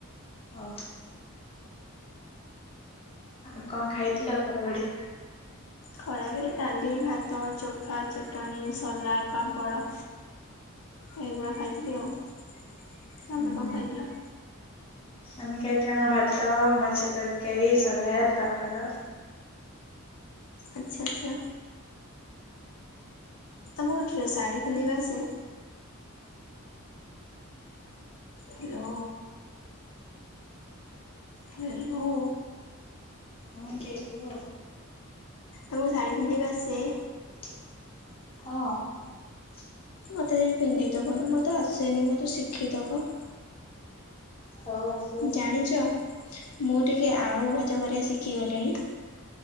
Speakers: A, on the left; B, on the left.
A: ଅହ। ଆଉ କଣ ଖାଇଥିଲ ଖରା ବେଳେ?
B: ଖରାବେଳେ ଡାଲି ଭାତ ଚୋଖା ଚଟଣି ସାଲାଡ଼ ପାମ୍ପଡ଼। ଏଇଗୁଡା ଖାଇଥିଲି ଆଉ ତମେ
A: ଉୁଁ
B: କଣ ଖାଇଥିଲ?
A: ଆମେ ଖାଇତା ଆମେ ଭାତ ମାଛ ତରକାରୀ ସଲାଦ ପାପଡ଼।
B: ଆଚ୍ଛା ଆଚ୍ଛା। ତମୁକୁ ଡ୍ରେ ସାଢୀ ପିନ୍ଧିବା ଆସେ? ହେଲୋ। ହେଲୋ।
A: ହୁଁ କିଏ କୁହ?
B: ତମକୁ ଶାଢୀ ପିନ୍ଧିବା ଆସେ?
A: ହଁ।
B: ମତେ ଟିକେ ପିନ୍ଧେଇଦବ ନ ମତେ ଆସେନି ମତେ ଶିଖେଇଦବ।
A: ହଉ ଆସ୍।
B: ଜାଣିଚ ମୁଁ ଟିକେ ଆଳୁ ଭଜା କରିବା ଶିକିଗଲିଣି।